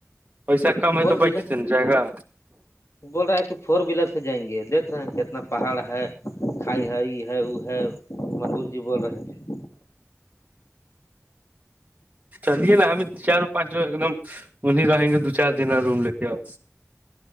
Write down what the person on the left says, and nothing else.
فور
ویلر
بول رہا ہے کہ فور ویلر سے جائیں گے دیکھ رہے ہیں کہ اتنا پہاڑ ہے کھائی ہے ای ہے وہ ہے ملور جیبون رہ